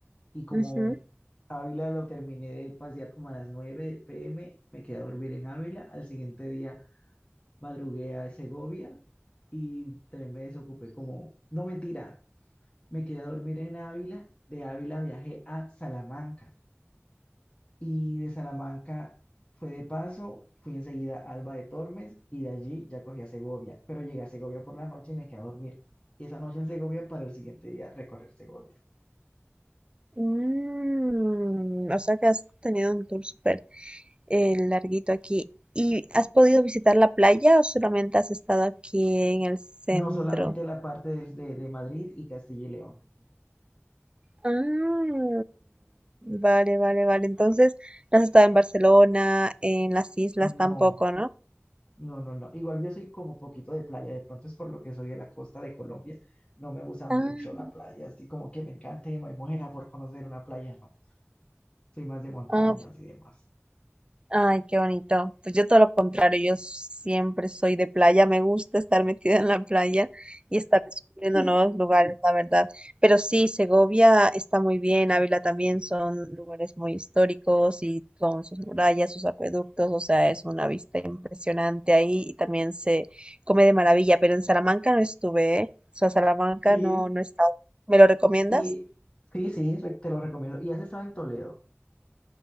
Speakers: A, on the left (about 25°); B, on the right (about 25°).
A: y como
B: Ujú.
A: Ávila lo terminé de pasear como a las 9 pm, me quedé a dormir en Ávila. Al siguiente día madrugué a Segovia y también me desocupé como, no mentira, me quedé a dormir en Ávila, de Ávila viajé a Salamanca y de Salamanca fue de paso, fui enseguida a Alba de Tormes y de allí ya cogí a Segovia, pero llegué a Segovia por la noche y me quedé a dormir. Esa noche en Segovia para el siguiente día recorrer Segovia.
B: Mm, o sea que has tenido un tour súper eh, larguito aquí. ¿Y has podido visitar la playa o solamente has estado aquí en el centro?
A: No solamente la parte del- de, de Madrid y Castilla y León.
B: Ah, vale, vale, vale. Entonces, no has estado en Barcelona, en las islas tampoco,
A: No,
B: ¿no?
A: No, no, no. Igual yo soy como poquito de playa. De pronto es por lo que soy de la costa de Colombia. No me gusta
B: Ah,
A: mucho la playa. Así como que me encanta y me muera por conocer una playa. No, soy más de montañas
B: ah,
A: y demás.
B: Ay, qué bonito. Pues yo todo lo contrario, yo siempre soy de playa, me gusta estar metida en la playa y estar descubriendo
A: <laughs>
B: nuevos lugares, la verdad. Pero sí, Segovia está muy bien, Ávila también son lugares muy históricos y con sus murallas, sus acueductos, o sea, es una vista impresionante ahí y también se come de maravilla, pero en Salamanca no estuve, ¿eh? O sea, Salamanca
A: Sí,
B: no, no he estado. ¿Me lo recomiendas?
A: y sí, sí, re- te lo recomiendo. Y has estado en Toledo.